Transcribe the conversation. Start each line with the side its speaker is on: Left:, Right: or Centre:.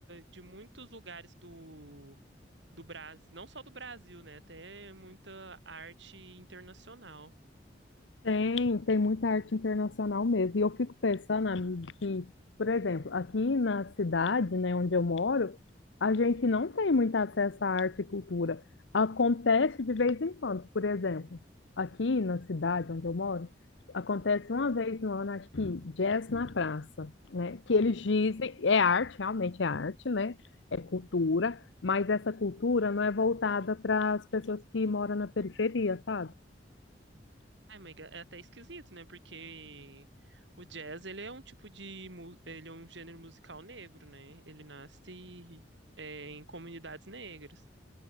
Right: de muitos lugares do, do Brasil, não só do Brasil, né, até muita arte internacional.
Left: Tem, tem muita arte internacional mesmo. E eu fico pensando, amigo, que, por exemplo, aqui na cidade, né, onde eu moro, a gente não tem muito acesso à arte e cultura. Acontece de vez em quando, por exemplo, aqui na cidade onde eu moro, acontece uma vez no ano, acho que Jazz na Praça, né? Que eles dizem, é arte, realmente é arte, né? É cultura, mas essa cultura não é voltada para as pessoas que moram na periferia, sabe?
Right: É, mas é até esquisito, né? Porque o jazz, ele é um tipo de, mu- ele é um gênero musical negro, né? Ele nasce é, em comunidades negras.